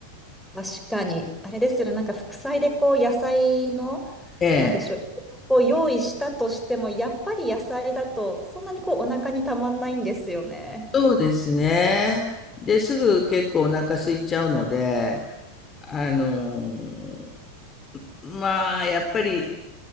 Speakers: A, in the centre; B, on the left.
A: 確かに。あれですよね、なんか副菜でこう野菜の、
B: ええ。
A: なんでしょう、こう用意したとしても、やっぱり野菜だとそんなにこうお腹にたまんないんですよね。
B: そうですね。で、すぐ結構お腹空いちゃうので、あのーまあ、やっぱり、